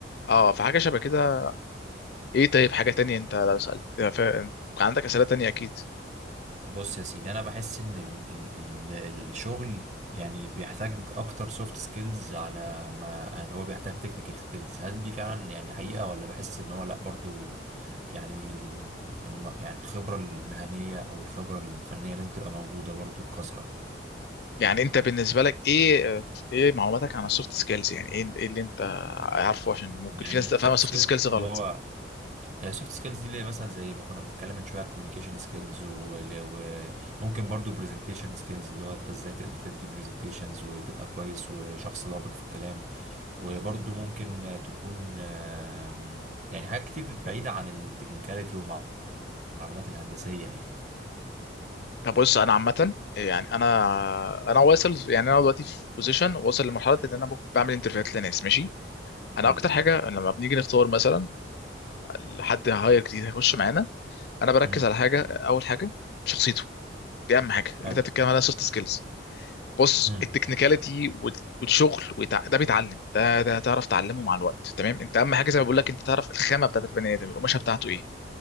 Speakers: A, on the left (about 60°); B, on the right (about 40°).
A: اه فحاجه شبه كده ايه طيب حاجه تانية انت لو سالت ف- عندك اسئله تانية اكيد
B: بص يا سيدي انا بحس ان ال ال ال الشغل يعني بيحتاج اكتر سوفت سكيلز على ما يعني هو بيحتاج تكنيكال سكيلز هل دي فعلا يعني حقيقة ولا بحس ان هو لا برضو يعني ال- الم يعني الخبرة المهنية او الخبرة الفنية لازم تبقى موجودة برضو بكثرة
A: يعني انت بالنسبه لك ايه ايه معلوماتك عن السوفت سكيلز يعني ايه ايه اللي انت عارفه عشان ممكن
B: يعني
A: في ناس تبقى
B: سوفت
A: فاهمه السوفت
B: سكيلز
A: سكيلز غلط
B: اللي هو السوفت سكيلز دي اللي هي مثلا زي ما كنا بنتكلم من شويه كوميونيكيشن سكيلز وممكن برضو برزنتيشن سكيلز اللي هو انت ازاي تقدر تدي برزنتيشنز وتبقى كويس وشخص لبق في الكلام وبرضو ممكن تكون آم، يعني حاجات كتير بعيدة عن التكنيكاليتي والمعلومات الهندسية يعني
A: طب بص انا عامه يعني انا انا واصل يعني انا دلوقتي في بوزيشن واصل لمرحله ان انا بعمل انترفيوهات لناس ماشي انا
B: حلو
A: اكتر حاجه لما بنيجي نختار مثلا حد هاير جديد هيخش معانا انا بركز
B: امم
A: على حاجه اول حاجه شخصيته دي اهم حاجه اللي
B: حلو
A: انت بتتكلم عليها سوفت سكيلز بص
B: امم
A: التكنيكاليتي والشغل وتع... ده بيتعلم ده ده تعرف تعلمه مع الوقت تمام انت اهم حاجه زي ما بقول لك انت تعرف الخامه بتاعت البني ادم القماشه بتاعته ايه